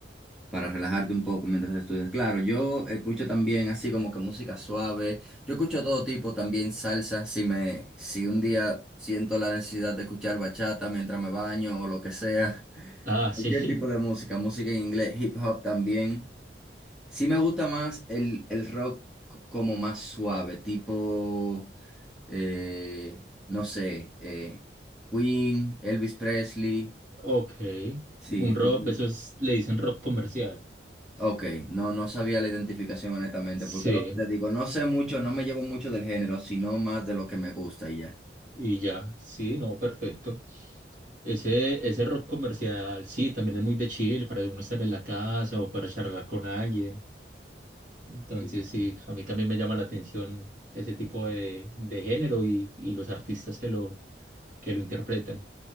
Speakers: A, in the centre; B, on the right.
A: para relajarte un poco mientras estudias. Claro, yo escucho también así como que música suave. Yo escucho todo tipo, también salsa. Si me, si un día siento la necesidad de escuchar bachata mientras me baño o lo que sea, <laughs>
B: Ah, sí,
A: cualquier tipo de música, música en inglés, hip hop también. Sí me gusta más el, el rock c- como más suave, tipo, eh, no sé, eh, Queen, Elvis Presley,
B: <laughs> ok.
A: sí,
B: Un
A: tipo,
B: rock, eso es- le dicen rock comercial.
A: ok, no, no sabía la identificación honestamente,
B: Sí,
A: porque lo que te digo, no sé mucho, no me llevo mucho del género, sino más de lo que me gusta y ya.
B: y ya, sí, no, perfecto. Ese, ese rock comercial, sí, también es muy de chill para uno estar en la casa o para charlar con alguien. Entonces,
A: Sí.
B: sí, a mí también me llama la atención ese tipo de, de género y, y los artistas que lo, que lo interpretan.